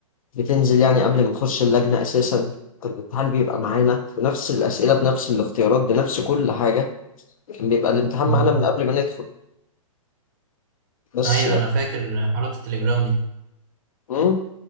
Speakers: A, on the left (about 75°); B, on the right (about 35°).
A: بتنزل يعني قبل ما نخش اللجنه اساسا كان الامتحان بيبقى معانا بنفس الاسئله بنفس الاختيارات بنفس كل حاجه كان بيبقى الامتحان
B: مم.
A: معانا من قبل ما ندخل بس
B: ايوه
A: يعني
B: انا فاكر حوارات التليجرام دي
A: امم